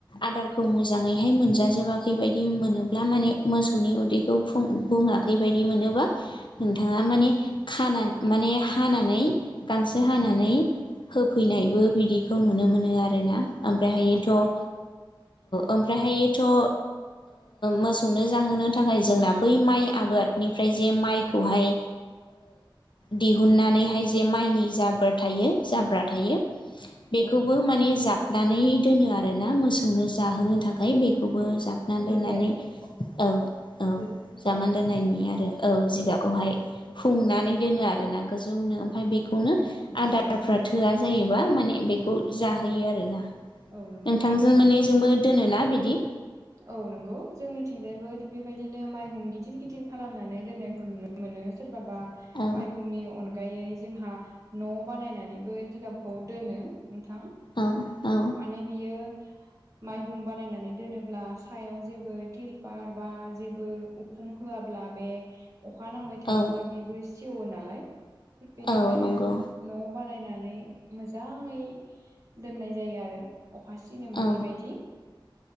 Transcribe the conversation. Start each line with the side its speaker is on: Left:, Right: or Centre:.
Left: आदारखौ मोजाङैहाय मोनजाजोबाखै बायदि मोनोब्ला माने मोसौनि उदैखौ बुङाखै बायदि मोनो मोनोबा नोंथाङा माने खानानै माने हानानै गांसो हानानै होफैनायबो बिदिखौ नुनो मोनो आरोना। ओमफ्राय हायथ' औ ओमफ्राय हायथ' ओ मोसौनो जाहोनो थाखाय जोंना बै माइ आबादनिफ्राय जे माइखौहाय दिहुननानैहाय जे माइनि जाबोर थायो। जाब्रा थायो बेखौबो
Right: औ
Left: माने जाब नानै दोनो आरो ना मोसौनो जाहोनो थाखाय। ओमफ्राय बेखौबो
Right: औ
Left: जाबना दोननानै
Right: दै जायो
Left: औ औ
Right: जेरै जिगाब
Left: जाबनानै दोननाय नुयो आरो। औ जिगाबखौहाय हुंनानै
Right: औ
Left: दोनो आरोना गोजौनो ओमफ्राय बेखौनो
Right: माइ होननानै
Left: आदार आदारफ्रा थोआ जायोबा माने बेखौ जाहोयो आरोना
Right: औ नंगौ
Left: नोंथांजों माने जोंबोर दोनोना बिदि?
Right: औ नंगौ जोंनिथिंजायबो थिग बेबायदिनो माइहुम गिदिर गिदिर खालामनानै दोननायखौ नुनो मोनो सोरबा सोरबा
Left: औ
Right: माइहुमनि अनगायै जोंहा न' बानायनानैबो जिगाबखौ दोनो। नोंथां,,
Left: औ! औ
Right: माने बियो,,, माइहुम बानायनानै दोनोब्ला सायाव जेबो तिलपार बा जेबो उखुम,,, होआबोला बे,, अखा नांबाय थायोब्ला
Left: औ
Right: बेबो सेवो नालाय थिग बेनिखायनो
Left: औ नंगौ
Right: न,,,,, ' बानायनानै मोजाङै दोननाय जायो आरो। अखा सिनो मोनै
Left: औ
Right: बायदि।